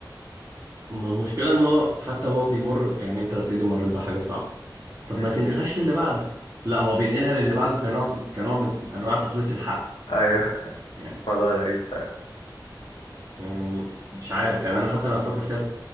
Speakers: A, on the right; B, on the left.
A: <laughs> المشكله ان هو حتى هو بيمر ب- يعني انت يا سيدي مريت بحاجه صعبه طب
B: مم.
A: ما تنقلهاش للي بعدك لا هو بينقلها للي بعده كنوع كنوع من انواع تخليص الحق
B: ايوه <laughs>
A: يعني
B: موضوع غريب فعلا
A: يعني مش عارف يعني انا حتى لما افكر فيها